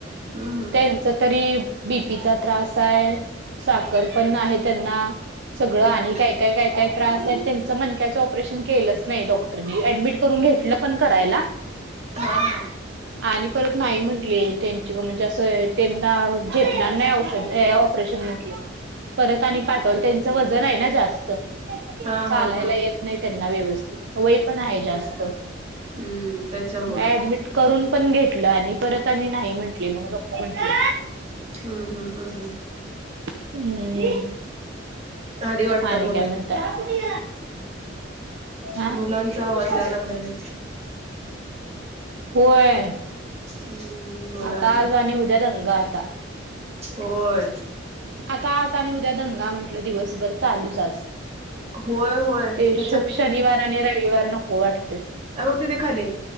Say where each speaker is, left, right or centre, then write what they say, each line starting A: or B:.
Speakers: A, on the right; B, on the right.
A: हम् हम्.
B: त्यांचा तरी बीपीचा त्रास आहे. साखर पण आहे त्यांना. सगळं
A: हम्म
B: आणि
A: हम्म.
B: काय काय काय काय..... त्रास आहेत त्यांच मनक्याचं ऑपरेशन केलंच नाही डॉक्टरनी, ऍडमिट करून घेतलं पण करायला.
A: हा हा
B: आणि परत नाही म्हंटले त्यांची म्हणजे असं त्यांना झेपणार नाही औषध ऑपरेशन परत आणि पाठव त्यांच वजन आहे ना जास्त,
A: हा
B: चालायला
A: हा हा.
B: येत नाही त्यांना व्यवस्थित, वय पण आहे जास्त
A: हम्म त्याच्यामुळं
B: ऍडमिट करून पण घेतलं आणि परत आणि नाही म्हटले, मग नको म्हटलं.
A: हम्म हम हम् हं......
B: हम्,
A: आली वाटतं
B: आणि
A: मुलं.
B: काय म्हणताय? हा
A: मुलांचा
B: पज
A: आवाज
B: <inaudible>
A: यायला लागलाय ना
B: होय,
A: हम्म मुलं
B: आता
A: आलेत
B: आज आणि उद्या दंगा आता.
A: होय.
B: आता आज आणि उद्या दंगा म्हण दिवसभर चालूच आज,
A: होय होय ह्याच्यात
B: ते शनिवार रविवार नको वाटतय.
A: अ बघ दिदी खाली,